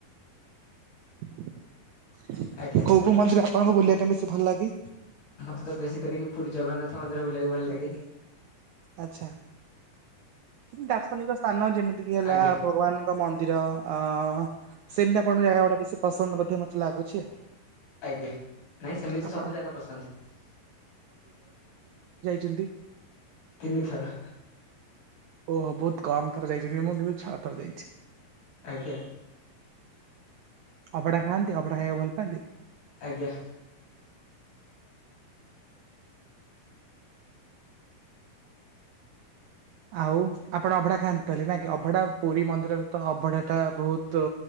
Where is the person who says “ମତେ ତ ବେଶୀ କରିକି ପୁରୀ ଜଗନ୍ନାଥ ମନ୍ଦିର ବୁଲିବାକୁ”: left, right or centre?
Left